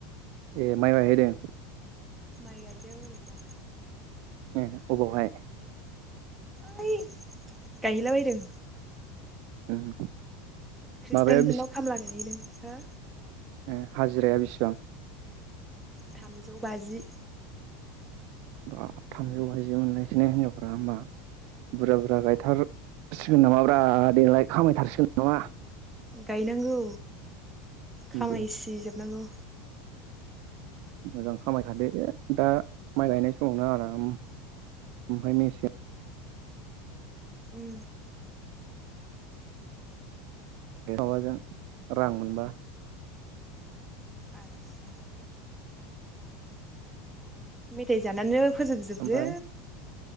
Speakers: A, on the right (about 60°); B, in the centre.
A: ए माइ गाहैदों
B: माइ गायदों ओरैनोबा
A: ए अबावहाय?
B: ओइ गायहैला बायदों
A: उम
B: खृष्टानफोरनाव
A: माबाया
B: खामला गायहैदों हो
A: ए हाजिराया बेसिबां?
B: थामजौ बाजि।
A: बाब थामजौ बाजि मोनलायसैना हिनजावफोरा होमबा बुरजा बुरजा गायथार सिगोन नामाब्रा देग्लायलाय खामायथारसिगोन नामा?
B: गायनांगौ खामायसि
A: दे
B: जोबनांगौ
A: मोजां खामायखादो दा माइ गायनाय समावनो आराम ओमफाय मेसे
B: उम
A: माबाजों रां मोनबा
B: आथसा मेथाइ जानानै फोजोबजोबो
A: ओमफ्राय